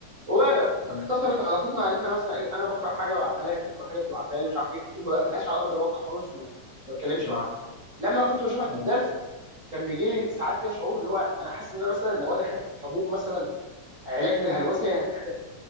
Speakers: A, on the right (about 85°); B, on the left (about 35°).
A: واقتصرت
B: مم.
A: علاقتنا ان احنا مثلا ايه انا بقرا حاجه ببعتها لها هي بتقرا حاجه بتبعتها لي مش عارف ايه وما بقابلهاش على ارض الواقع خالص وما ما بتكلمش
B: مم.
A: معاها لما كنت بشوفها في
B: مم.
A: الدرس كان بيجي لي ساعات كده شعور اللي هو انا حاسس ان انا مثلا لو انا خدت حبوب مثلا علاج للهلوسه هي هتختفي